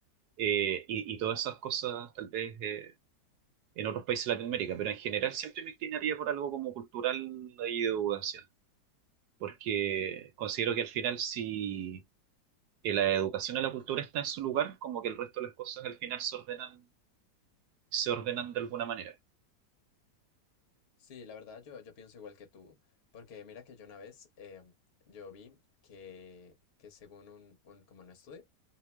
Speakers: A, on the right; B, on the left.
A: eh, y, y todas esas cosas tal vez eh, en otros países de Latinoamérica, pero en general siempre me inclinaría por algo como cultural y de educación, porque considero que al final si y la educación y la cultura está en su lugar, como que el resto de las cosas al final se ordenan, se ordenan de alguna manera.
B: Sí, la verdad yo, yo pienso igual que tú, porque mira que yo una vez em, yo vi que, que según un, un- como un estudio,